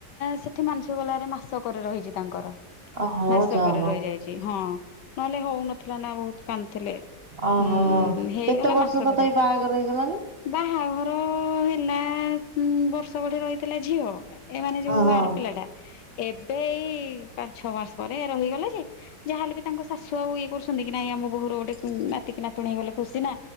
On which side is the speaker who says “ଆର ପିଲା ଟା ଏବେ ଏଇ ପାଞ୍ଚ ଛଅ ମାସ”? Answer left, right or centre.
Left